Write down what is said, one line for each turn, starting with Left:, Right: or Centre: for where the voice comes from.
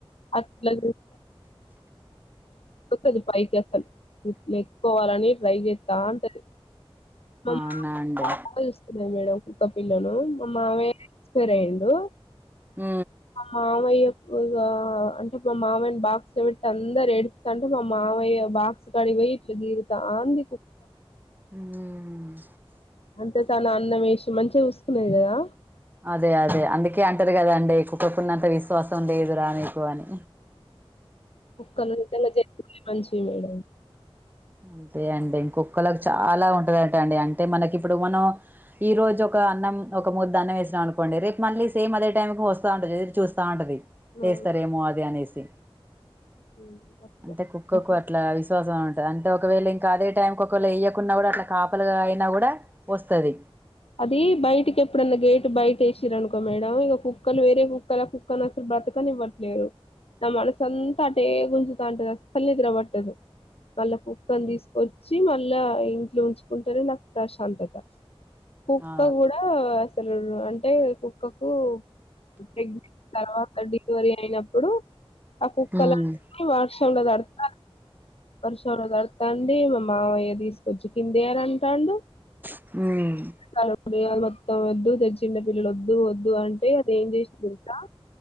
Left: అట్ల చుస్త‌ది పైకేస్ నేర్చుకోవ్లని ట్రై చెత్తంటది మా
Right: అవునా
Left: మా
Right: అండి
Left: బాగాచూస్తున్నాది మేడం కుక్క పిల్లను మా మావయ్య ఎక్స్పైర్ అయిండు
Right: ఉ
Left: మావయ్యప్పు ఆ అంటే మా మావయ్యని బాక్స్లపెట్టి అందరు ఏడుస్తంటె మా మావయ్య బాక్స్కడి పోయి యిట్ల గీరుత ఆంది కు
Right: ఉమ్.
Left: అంటే తన అన్నం వేసి మంచిగా చూసుకున్నాది కదా
Right: అదే అదే అందుకే అంటారు కదా అండి కుక్కకునంత విశ్వాసం లేదురా నికు అని
Left: కుక్కలు నిజంగా జరిగితే మంచిగుండు
Right: అంతే అండి ఇంకొక్కకి చాలా ఉంటందంట అండి అంటే మనకి ఇప్పుడు మనం ఈ రోజు ఒక అన్నం ఒక ముద్ద్ద అన్నం వేస్నం అనుకోండి రేపు మళ్ళీ సేమ్ అదే టైంకు వస్తా ఉంటది ఎదురు చూస్తా ఉంటది
Left: అవును.
Right: ఎస్తారేమో అది అనేసి
Left: హ్మ్. అట్లా
Right: అంటే కుక్కకు అట్లా విశ్వాసం అంటే ఒకవేళ ఇంకా అదే టైంకి ఒకవేళ వేయకున్నా గుడా అట్లా కాపలుగా గాయినా కూడా వస్తుది
Left: అది బయటికి ఎప్పుడన్నా గేట్ బయట ఎసిరనుకో మేడం ఇక కుక్కలు వేరే కుక్కల కు కన్ అసలు బ్రతకని ఇవ్వట్లేదు నా మనస్ సొంత అంతా అటే గుంజుతా అంటది అసలు నిద్ర పట్టదు వాళ్ళ కుక్కని దిసు వచ్చి మళ్ళా ఇంట్లో ఉంచుకుంటెనే నాకు ప్రశాంతత కుక్క
Right: ఆ
Left: గుడా అసలు అంటే కుక్ కకు ప్రెగ్నెన్ తర్వాత డెలివరీ అయినప్పుడు ఆ కుక్కలన్నీ
Right: ఉమ్
Left: వస్ రుంలో తడతా వరషం మెర్తాంతాండి మా మావయ్య తీసుకొచ్చి కిందయర అంటాడు
Right: మ్
Left: హలో బేములు మొత్తం వద్దు తెచ్చం డె పిల్లలు వద్దు వద్దు అంటే అది ఏజెసాం అని